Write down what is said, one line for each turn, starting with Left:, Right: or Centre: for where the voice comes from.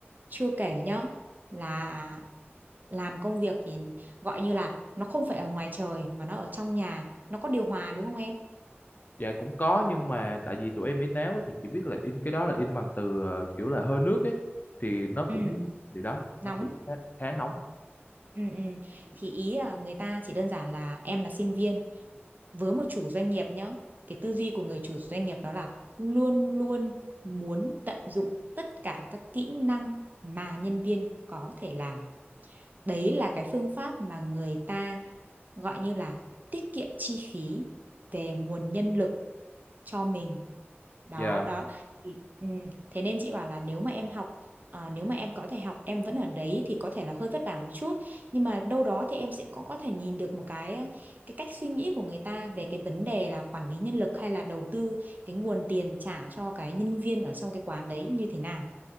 Right: chưa kể nhá là làm công việc thì gọi như là nó không phải ở ngoài trời mà nó ở trong nhà nó có điều hòa đúng không em
Left: Dạ cũng có nhưng mà tại vì tụi em in áo á thì chỉ biết là in cái đó là in bằng từ ờ, kiểu là hơi nước ấy thì nó cũng
Right: ừ
Left: thì đó nó
Right: nóng
Left: cũng khá, khá nóng.
Right: ừ ừ thì ý là người ta chỉ đơn giản là em là sinh viên với một chủ doanh nghiệp nhá cái tư duy của người chủ doanh nghiệp đó là luôn luôn muốn tận dụng tất cả các kỹ năng mà nhân viên có thể làm đấy là cái phương pháp mà người ta gọi như là tiết kiệm chi phí về nguồn nhân lực cho mình đó
Left: Dạ
Right: đó thì, ừ, thế nên chị bảo là nếu mà em học à, nếu mà em có thể học em vẫn ở đấy thì có thể là hơi vất vả một chút nhưng mà đâu đó thì em sẽ cũng có thể nhìn được một cái cái cách suy nghĩ của người ta về cái vấn đề là quản lý nhân lực hay là đầu tư cái nguồn tiền trả cho cái nhân viên ở trong cái quán đấy như thế nào